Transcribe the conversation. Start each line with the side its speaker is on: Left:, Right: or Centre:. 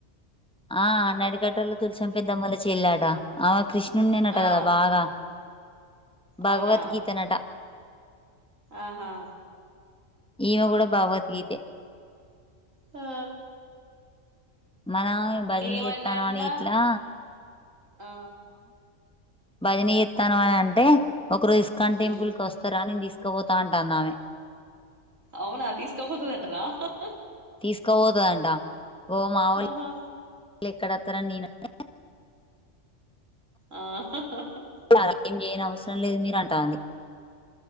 Centre: ఆ నడికట్టలో తులసం పెద్దమ్మొల చెల్లట ఆ కృష్ణన్నేనట
Right: ఆ
Centre: కదా బాగా భగవద్గీత
Right: అవునా
Centre: నట
Right: ఆహా
Centre: ఈమె కూడా భగవద్గీతే
Right: హా
Centre: మనం భజన
Right: ఏమన్నాన్నా
Centre: చెస్థాన్నం అని గిట్లా
Right: ఆ
Centre: భజన చేత్తన్నమనంటే ఒక రోజు ఇస్కాన్ టెంపుల్
Right: ఉమ్
Centre: కి వస్తారా నేను తీసుకు క పోతాంటందామే
Right: అవునా తీసుకపోతదంటన హహ
Centre: తీసుకోపోతుదంట ఓ మావొళ్లేక్కడత్తరని
Right: ఆహా
Centre: నేనంటే
Right: ఆ హ హ హ హ
Centre: అలా ఏం చేయనవసరం లేదు మీరంటాంది